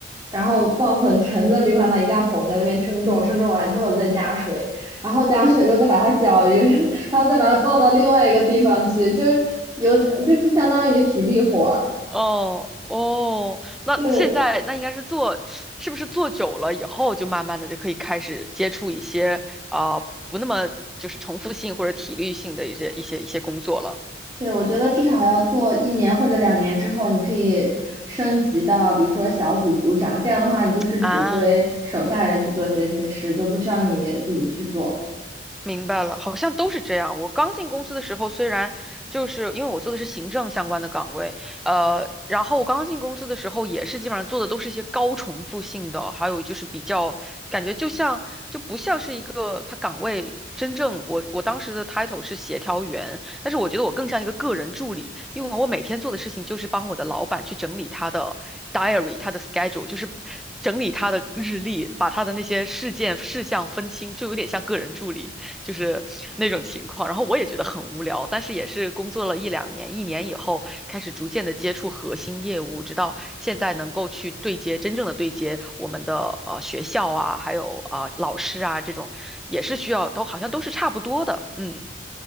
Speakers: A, on the right; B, in the centre.
A: 然后抱很沉的氯化钠一大桶在那边称重，称重完之后再加水，然后加上水之后再把它搅匀，<laughs> 然后再把它抱到另外一个地方去，就是有就是相当于体力活儿。
B: 哦哦，那现在那应该是做，
A: 对
B: 是不是做久了以后就慢慢的就可以开始接触一些啊、呃不那么就是重复性或者体力性的一些一些一些工作了
A: 对，我觉得至少要做一年或者两年之后，你可以升级到比如说小组组长，这样的话你就是指挥手下人去做这些事，
B: 啊？
A: 就不需要你自己去做。
B: 明白了，好像都是这样。我刚进公司的时候，虽然就是因为我做的是行政相关的岗位，呃，然后我刚进公司的时候也是基本上做的都是一些高重复性的，还有就是比较感觉就像就不像是一个他岗位真正我我当时的 title 是协调员，但是我觉得我更像一个个人助理，因为我每天做的事情就是帮我的老板去整理他的 diary，他的 schedule，就是整理他的日历，把他的那些事件事项分清，就有点像个人助理。就是那种情况。然后我也觉得很无聊，但是也是工作了一两年，一年以后开始逐渐的接触核心业务，直到现在能够去对接真正的对接我们的呃学校啊，还有啊、呃老师啊这种，也是需要都好像都是差不多的。嗯